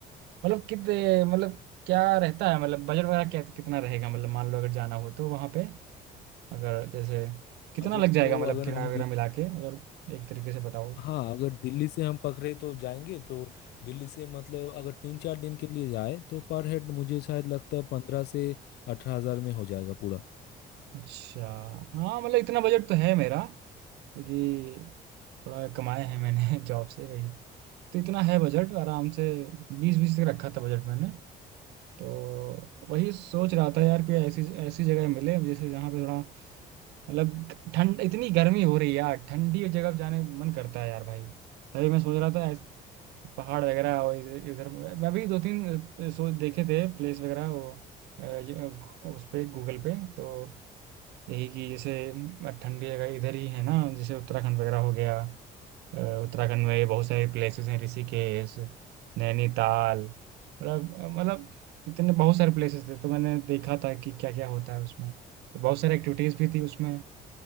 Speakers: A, on the right; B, on the left.
A: मतलब कितने मतलब क्या रहता है मतलब बजट वगैरह क्या कितना रहेगा मतलब मान लो अगर जाना हो तो वहाँ पे अगर जैसे कितना
B: बजट
A: लग जाएगा
B: तो
A: मतलब
B: अगर
A: किराया
B: हम
A: वगैरह
B: दिल्ली
A: मिला के अगर एक तरीके से बताओ
B: हाँ अगर दिल्ली से हम पकड़े तो जाएंगे तो दिल्ली से मतलब अगर तीन चार दिन के लिए जाए तो पर हेड मुझे शायद लगता है पंद्रह से अठारह हजार में हो जाएगा पूरा
A: अच्छा हाँ मतलब इतना बजट तो है मेरा क्योंकि थोड़ा कमाया है मैंने <laughs> जॉब से भाई तो इतना है बजट आराम से बीस बीस तक रखा था बजट मैंने तो वही सोच रहा था यार कोई ऐसी ऐसी जगह मिले जैसे जहाँ पे थोड़ा मतलब ठंड इतनी गर्मी हो रही है यार ठंडी जगह पे जाने का मन करता है यार भाई तभी मैं सोच रहा था ऐस- पहाड़ वगैरह और इधर इधर- मैं भी दो तीन अ, सोच देखे थे प्लेस वगैरह वो अ, ये, अ, उस पे गूगल पे तो यही कि जैसे अम, ठंडी जगह इधर ही है ना जैसे उत्तराखंड वगैरह हो गया अ, उत्तराखंड में बहुत सारे प्लेसेस हैं ऋषिकेश नैनीताल मतलब मतलब इतने बहुत सारे प्लेसेस थे तो मैंने देखा था कि क्या क्या होता है उसमें तो बहुत सारी एक्टिविटीज़ भी थी उसमें